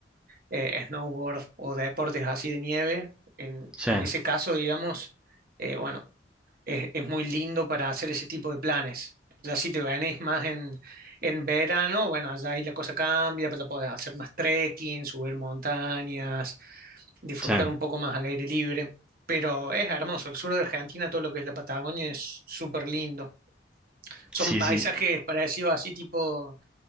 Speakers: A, on the right; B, in the centre.
A: eh, snowboard o deportes así de nieve, en,
B: sí,
A: en ese caso, digamos, eh, bueno, es, es muy lindo para hacer ese tipo de planes. Ya si te venís más en, en verano, bueno, allá ahí la cosa cambia, pero podés hacer más trekking, subir montañas, disfrutar
B: sí.
A: un poco más al aire libre. Pero es hermoso, el sur de Argentina, todo lo que es la Patagonia es súper lindo. Son
B: Sí,
A: paisajes
B: sí,
A: parecidos así tipo,